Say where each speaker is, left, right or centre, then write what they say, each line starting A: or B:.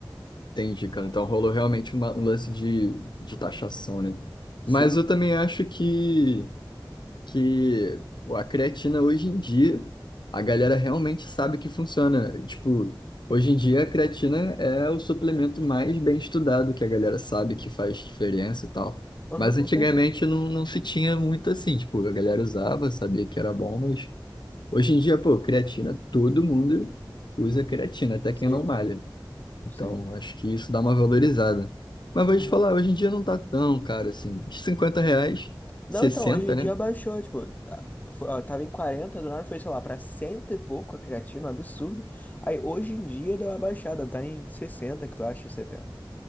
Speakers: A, on the left (about 60°); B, on the left (about 20°).
A: Entendi, cara. Então rolou realmente uma- um lance de, de taxação, né?
B: Sim,
A: Mas eu também acho que que a creatina hoje em dia, a galera realmente sabe que funciona. Tipo, hoje em dia a creatina é o suplemento mais bem estudado, que a galera sabe que faz diferença e tal.
B: aham,
A: Mas
B: com
A: antigamente
B: certeza.
A: não, não se tinha muito assim, tipo, a galera usava, sabia que era bom, mas hoje em dia, pô, creatina, todo mundo usa creatina, até
B: Sim,
A: quem não
B: Sim.
A: malha. Então,
B: sim.
A: acho que isso dá uma valorizada. Mas vou te
B: Aham.
A: falar, hoje em dia não tá tão caro assim. cinquenta reais,
B: Não,
A: sessenta
B: então, hoje em dia
A: né?
B: baixou, tipo, a- fo- a- tava em 40 do nada foi, sei lá, pra cento e pouco a creatina, um absurdo. Aí hoje em dia deu uma baixada, tá em 60 que tu acha, setenta